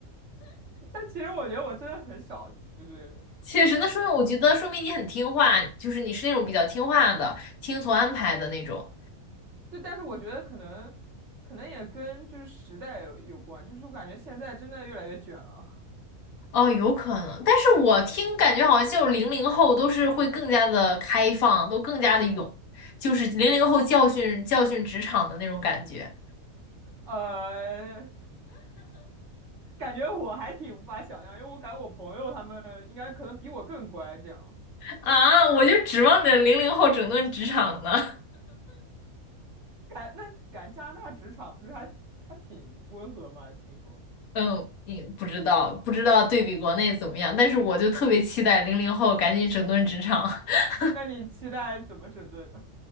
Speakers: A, on the right; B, on the left.
A: 但其实我觉得我真的很少，就是就是这样。
B: <laughs> 确实，那说明我觉得说明你很听话，就是你是那种比较听话的，听从安排的那种。
A: 对，但是我觉得可能可能也跟就是时代有有关，就是我感觉现在真的越来越卷了，
B: 哦，有可能，但是我听感觉好像就零零后都是会更加的开放，都更加的勇，就是零零后教训教训职场的那种感觉
A: <laughs> 呃，感觉我还挺无法想象，因为我感觉我朋友他们应该可能比我更乖，这样
B: 啊！我就指望着零零后整顿职场呢。
A: 感那感觉加拿大职场不是还还挺温和嘛？听说，
B: 嗯，也不知道，不知道对比国内怎么样，但是我就特别期待零零后赶紧整顿职场，<laughs>
A: 那你期待怎么整顿呢？